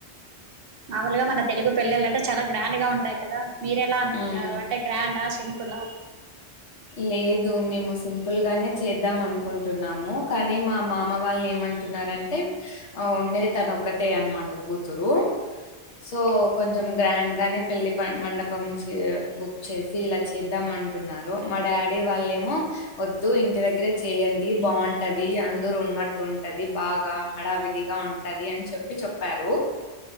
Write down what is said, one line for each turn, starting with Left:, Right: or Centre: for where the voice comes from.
Right: మామూలుగా మన తెలుగు పెళ్ళిళ్ళంటే చాలా గ్రాండ్గా ఉంటాయి కదా మీరేలా అనుకున్నారు
Left: మ్మ్
Right: అంటే గ్రాండా సిం పులా
Left: లేదు, మేము సింపుల్ గానే చేద్దాం అనుకుంటున్నాము, కానీ మా మామ వాళ్ళు ఏమంటున్నారంటే ఉండేది తను ఒక్కతే అనమాట కూతురు సో
Right: ఓకే
Left: కొంచెం గ్రాండ్ గానే పెళ్లి పన్ మండపం చే బుక్ చేసి ఇలా చేద్దామంటున్నా రు మా డాడీ వాళ్ళేమో, వద్దు ఇంటి దగ్గరే చేయండి బాగుంటది అందరు ఉన్నట్టు ఉంటది బాగా హడావిడిగా ఉంటది అని చెప్పి చెప్పారు